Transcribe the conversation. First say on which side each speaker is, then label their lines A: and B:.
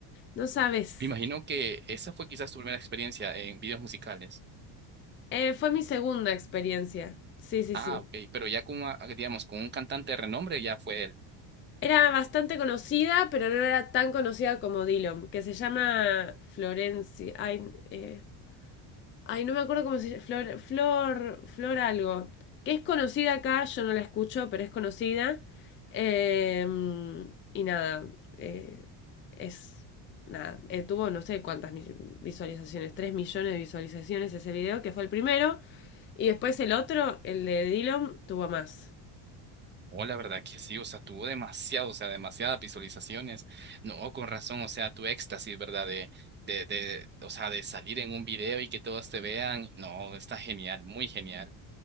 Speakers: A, on the left (about 25°); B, on the right (about 25°).
A: no sabes.
B: Me imagino que esa fue quizás tu primera experiencia en videos musicales.
A: Eh, fue mi segunda experiencia. Sí, sí,
B: Ah,
A: sí.
B: ok, pero ya como, ah, digamos, con un cantante de renombre ya fue él.
A: Era bastante conocida, pero no era tan conocida como Dillom, que se llama Florencia. Ay, eh, Ay, no me acuerdo cómo se llama. Flor, Flor, Flor algo. Que es conocida acá, yo no la escucho, pero es conocida. Eh, y nada, eh, es. Nada, eh, tuvo no sé cuántas visualizaciones, 3 millones de visualizaciones ese video, que fue el primero. Y después el otro, el de Dylan, tuvo más.
B: Oh, la verdad que sí, o sea, tuvo demasiado, o sea, demasiadas visualizaciones. No, con razón, o sea, tu éxtasis, ¿verdad? De, de, de, o sea, de salir en un video y que todos te vean. No, está genial, muy genial.